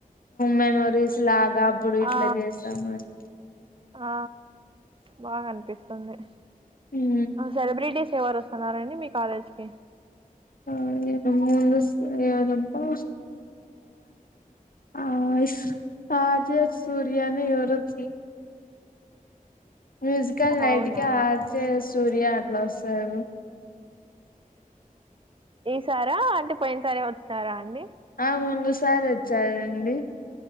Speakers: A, on the left (about 75°); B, on the right (about 35°).
A: మెమోరీస్ లాగా అప్పుడు ఇట్లా
B: ఆ
A: చేశాము అని
B: ఆ బాగా అనిపిస్తు తుంది
A: ఉమ్
B: సెలబ్రిటీస్ ఎవరు వస్తున్నారండి మీ కాలేజ్కిి
A: ఆ ఇ ముందు ఎవరు అబ్బా ఆ రాజ సూర్యని ఎవరో తెలీదు మ్యూజికల్ నైట్
B: అవునా
A: క ఆచే సూర్య అట్లా వస్తరూ
B: ఈసారా అంటే పోయిన సరే వచ్చినారా అండి
A: ఆ ముందు సారి వచ్చారంండి